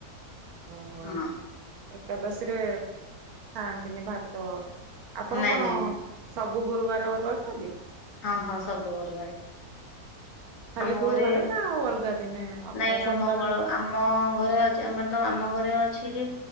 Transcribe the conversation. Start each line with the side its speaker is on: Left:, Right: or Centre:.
Right: ଓହୋ
Left: ହଁ
Right: ଏକାଦସୀ ରେ ଖାଆନ୍ତିନି ଭାତ ଆପଣ
Left: ନାଇଁ
Right: କଣ
Left: ନାଇଁ
Right: ସବୁ ଗୁରୁବାରେ ଅରୁଆ ଖାନ୍ତି?
Left: ହଁ ହଁ ସବୁ ଗୁରୁ ବାରେ।
Right: ଖାଲି
Left: ଆମ
Right: ଗୁରୁବାର
Left: ଘରେ
Right: ନା ଆଉ ଅଲଗା ଦିନେ ଅଲଗା
Left: ନାଇଁ
Right: ସୋମବାର
Left: ମଙ୍ଗଳ ଆମ ଘରେ ଅଛି ଆମର ତ ଆମ ଘରେ ଅଛି ଯେ